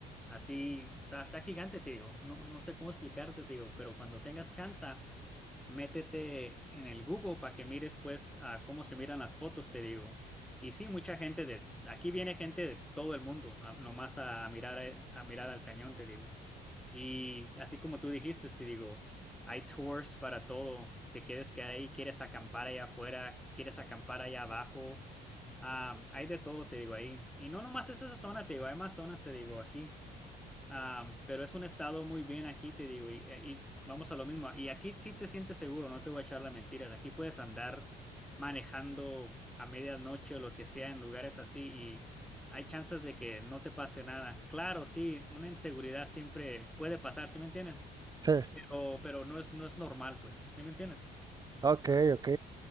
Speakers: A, in the centre; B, on the right.
A: Así, está, está gigante, te digo. No, no sé cómo explicarte, te digo, pero cuando tengas chance, métete en el Google para que mires pues a cómo se miran las fotos, te digo. Y sí, mucha gente de aquí viene gente de todo el mundo, a- nomás a, a mirar a, a mirar al cañón, te digo. Y así como tú dijiste, te digo, hay tours para todo. Te quieres quedar ahí, quieres acampar allá afuera, quieres acampar allá abajo. Ah, hay de todo, te digo ahí. Y no nomás es esa zona, te digo, hay más zonas, te digo, aquí. Ah, pero es un estado muy bien aquí, te digo, y, y vamos a lo mismo. Y aquí sí te sientes seguro, no te voy a echar las mentiras. Aquí puedes andar manejando a medianoche o lo que sea en lugares así y hay chances de que no te pase nada. Claro, sí, una inseguridad siempre puede pasar, ¿sí me entiendes?
B: Sí,
A: Pero, pero no es, no es normal, pues, ¿sí me entiendes?
B: ok, ok,